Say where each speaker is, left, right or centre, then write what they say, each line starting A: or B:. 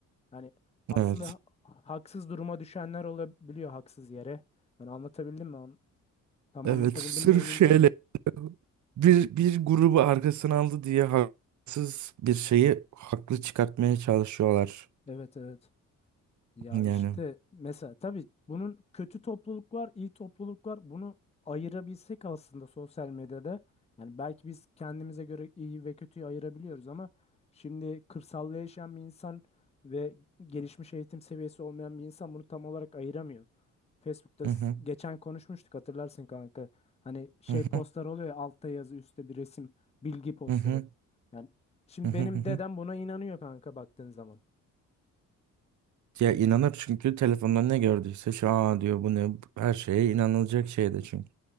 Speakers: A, on the left; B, on the right.
A: Yani aslında
B: Evet.
A: ha- haksız duruma düşenler olabiliyor haksız yere. Yani anlatabildim mi? An- Tam
B: Evet.
A: anlatabildim
B: Sırf
A: mi emin
B: şeyle
A: değilim mi?
B: bir bir grubu arkasına aldı diye haksız bir şeyi haklı çıkartmaya çalışıyorlar.
A: Evet evet. Ya
B: Yani.
A: işte mesela tabii bunun kötü topluluk var, iyi topluluk var. Bunu ayırabilsek aslında sosyal medyada. Yani belki biz kendimize göre iyi ve kötüyü ayırabiliyoruz ama şimdi kırsalda yaşayan bir insan ve gelişmiş eğitim seviyesi olmayan bir insan bunu tam olarak ayıramıyor. Facebook'ta
B: Hı
A: s-
B: hı,
A: geçen konuşmuştuk hatırlarsın kanka. Hani şey
B: hı
A: postlar
B: hı,
A: oluyor ya altta yazı üstte bir resim bilgi postları.
B: hı hı,
A: Yani şimdi
B: hı hı,
A: benim
B: hı hı.
A: dedem buna inanıyor kanka baktığın zaman.
B: Ya inanır çünkü telefonda ne gördüyse şu aa diyor bu ne her şeye inanılacak şey de çünkü.